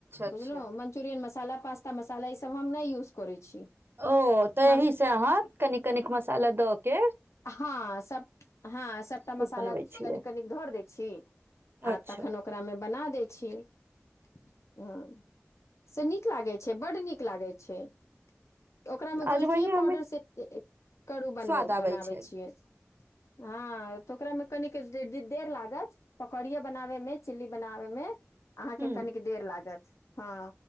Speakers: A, on the right; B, on the left.
A: अच्छा
B: बुझलहुँ मंचुरियन मसाला पास्ता मसाला ईसभ हम नै यूज करै छी।
A: ओ तएहि
B: हम
A: सँ अहाँ कनिक कनिक मसाला दऽ केँ
B: हँ सभ हँ सभटा
A: सूप
B: मसाला
A: बनबै छियै
B: कनिक कनिक घोर दै छी। आ
A: अच्छा
B: तखन ओकरामे बना दै छी <inaudible> हँ। से नीक लागै छै बड नीक लागैत छै। त ओकरा में
A: आज
B: गोलकीए
A: वही हमे
B: पाउडर से <unintelligible> करू बनबे।
A: स्वाद आबै छै
B: यै <inaudible> हँ तऽ ओकरा मे कनि दे देर लागत पकौड़िये बनाबे में चिली बनाबे में अहाँकेँ
A: हूँ
B: कनिक देर लागत हँ